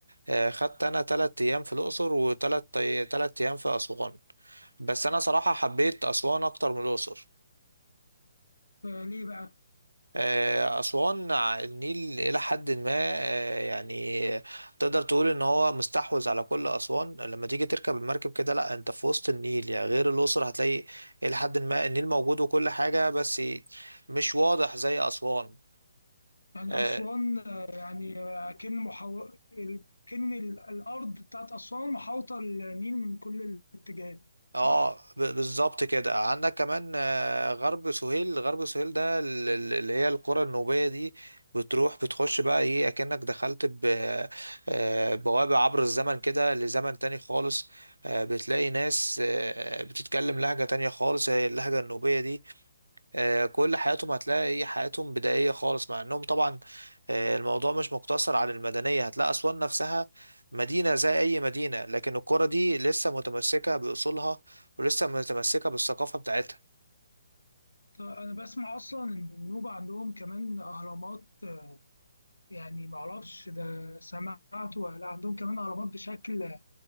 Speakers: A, on the right; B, on the left.
A: آه، خدت انا تلات ايام في الاقصر وتلات تلات ايام في اسوان بس انا صراحة حبيت اسوان اكتر من الاقصر
B: فليه بقى؟
A: آه، اسوان ع- النيل الى حد ما آه، يعني تقدر تقول ان هو مستحوذ على كل اسوان لما تيجي تركب المركب كده لا انت في وسط النيل يعني غير الاقصر هتلاقي الى حد ما النيل موجود وكل حاجة بس مش واضح زي اسوان
B: يعني
A: آه،
B: أسوان آه، يعني آه، كأن محو... ال- كأن ال- الأرض بتاعت أسوان محاوطة النيل من كل الاتجاهات
A: اه
B: صح؟
A: ب- بالظبط كده عندك كمان آه، غرب سهيل غرب سهيل ده ال- ال- اللي هي القرى النوبية دي بتروح بتخش بقى ايه اكنك دخلت ب- آه، بوابة عبر الزمن كده لزمن تاني خالص آه، بتلاقي ناس آه، بتتكلم لهجة تانية خالص هي اللهجة النوبية دي آه، كل حياتهم هتلاقي هي حياتهم بدائية خالص مع انهم طبعا آه، الموضوع مش مقتصر على المدنية هتلاقي أسوان نفسها مدينة زي أي مدينة لكن القرى دي لسه متمسكة بأصولها ولسه متمسكة بالثقافة بتاعتها
B: طب أنا بسمع أصلا إن النوبة عندهم كمان أهرامات آه، يعني معرفش ده سمعت ولا لأ، عندهم كمان أهرامات بشكل